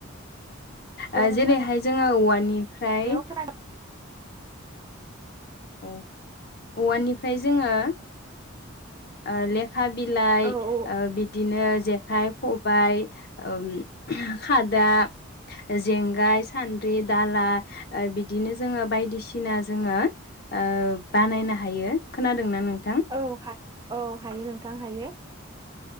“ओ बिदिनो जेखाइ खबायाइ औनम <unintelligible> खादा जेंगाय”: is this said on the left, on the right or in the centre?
Left